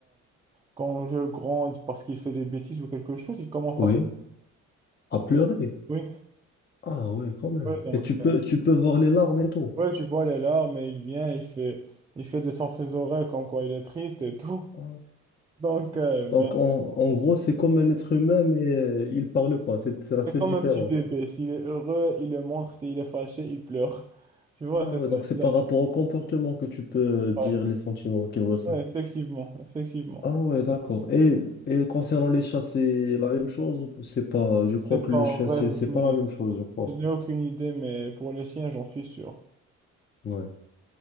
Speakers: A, on the right (about 15°); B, on the left (about 35°).
A: quand je le gronde parce qu'il fait des bêtises ou quelque chose, il commence
B: oui.
A: à...
B: À pleurer.
A: Oui,
B: Ah oui, quand même.
A: ouais, donc,
B: Et tu peux,
A: euh,
B: tu peux voir les larmes et tout.
A: ouais, tu vois les larmes et il vient, il fait, il fait descendre ses oreilles comme quoi il est triste et tout.
B: Ah.
A: <laughs> Donc, euh, ben,
B: Donc, en, en gros, c'est comme un être humain, mais euh, il parle pas. C'est c'est la seule
A: comme
B: différence.
A: un petit bébé, s'il est heureux, il le montre, s'il est fâché, il pleure. <laughs> Tu vois,
B: Ah
A: c'est
B: ouais
A: ça
B: donc c'est
A: les
B: par
A: animaux.
B: rapport au comportement que tu peux dire
A: Ouais,
B: les sentiments qu'il ressent.
A: ouais, effectivement, effectivement.
B: Ah ouais, d'accord. Et, et concernant les chats, c'est la même chose ou c'est pas... Je crois
A: Je sais pas
B: que le
A: en
B: chien,
A: vrai,
B: c'est
A: je
B: c'est pas
A: n'ai
B: la même chose, je crois.
A: je n'ai aucune idée, mais pour les chiens, j'en suis sûr.
B: Ouais.